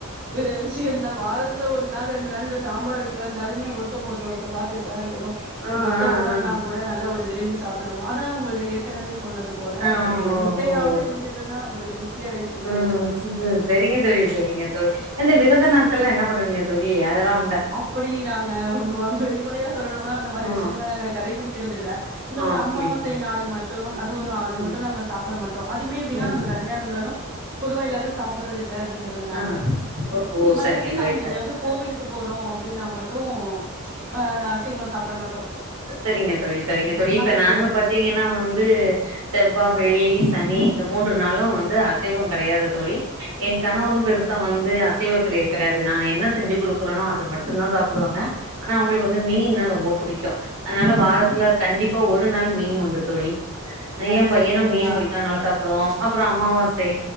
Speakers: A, on the right; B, on the right.
A: து விஸ் விஷயந்தான் வாரத்துல ஒரு நாள் ரெண்டு நாள் இந்த சாம்பார் வைக்கிறந்தாலுமே ஒருத்த முகத்த ஒருத்த பார்த்துட்டு தா இருக்கணு
B: ஆ
A: மத்த
B: ஆ
A: உணவுனா கூட நல்ல ஒரு விரும்பி சாப்ட்டு ருவோ அதா உங்கல்ட ஏற்கனவே சொன்னது போல
B: ஆ ஆ
A: ஒரு
B: ஓ
A: முட்டையாவது
B: ஓ
A: இருந்துட்டுன்னா ஒரு திருப்தியா ஆயிடுச்சுலியா
B: ஆ செ செ செரிங்க தோழி செரிங்க தோழி இந்த விரத நாட்க ல்லாம் என்ன பண்ணுவீங்க தோழி அதெல்லாம்
A: அப்படி நாங்க மா வெளிப்படையா சொல்லணுனா அந்த மாரி
B: ஆ
A: விஷயங்கள நாங்க கடைபுடிக்கிறது இல்ல இந்த ஒரு
B: அப்டிங்களா
A: அமாவசை நாள் மட்டும் அதுவும்
B: ம்
A: அது மட்டும்
B: ம்
A: நாங்க சாப்பிட மாட்டோம் அதுமே எப்படின்னா நம்ம
B: ம்
A: தனியா இருந்தாலு பொதுவா எல்லாரு சாப்புடுறது இல்ல அப்படிங்கறதுனால
B: ஆ ஓ ஓ
A: மத்தபடி
B: சரிங்க தோழி
A: நாங்க எங்கயாவது
B: சரிங்க
A: கோவிலுக்
B: தோழி
A: நோ அப்படின்னா மட்டு ஆ அசைவோ சாப்பிட மாட்டோ
B: சரிங்க தோழி சரிங்க தோழி
A: மத்தபடி
B: இப்ப நாங்க
A: அசைவோ
B: பாத்தீங்கன்னா வந்து செவ்வா வெள்ளி சனி இந்த மூன்று நாளு வந்து அசைவம் கிடையாது தோழி என் கணவரும் பெருசா வந்து அசைவ பிரியர் கிடையாது நா என்ன செஞ்சு கொடுக்குறனோ அது மட்டுதா சாப்புடுவாங்க ஆனா அவங்களுக்கு வந்து மீன்னா ரொம்ப புடிக்கு அதனால வாரத்துல
A: போனு
B: கண்டிப்பா ஒரு நாள் மீன் உண்டு தோழி
A: நல்ல
B: ஏன் பையனு
A: விஷயந்தா
B: மீன் பிடிக்கு அதநால சாப்டுவா அப்புறம் அமாவாசை